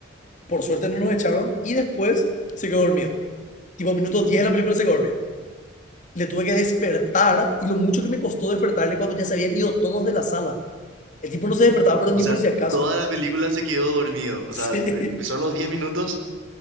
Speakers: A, on the left (about 35°); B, on the right (about 70°).
A: por suerte no nos echaron y después se quedó dormido. Tipo, minutos 10 de la película se quedó dormido. Le tuve que despertar y lo mucho que me costó despertarle cuando ya se habían ido todos de la sala. El tipo no se despertaba, pero
B: O
A: ni
B: sea,
A: por si acaso.
B: toda la película se quedó dormido. O
A: <laughs> Sí,
B: sea, l- empezaron los 10 minutos